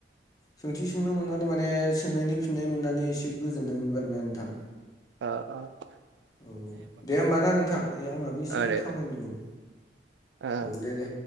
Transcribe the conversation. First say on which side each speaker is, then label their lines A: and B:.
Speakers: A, on the left; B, on the right.
A: सोंथि सोंनो मोननानै माने सोंनायनि फिननाय मोननानै एसे गोजोननाय मोनबाय आरो ना नोंथां
B: अ अ
A: औ औ दे होमबा ना नोंथां आंनाबो एसे
B: ओ दे
A: खामानि
B: दे
A: दं
B: ओ
A: औ दे दे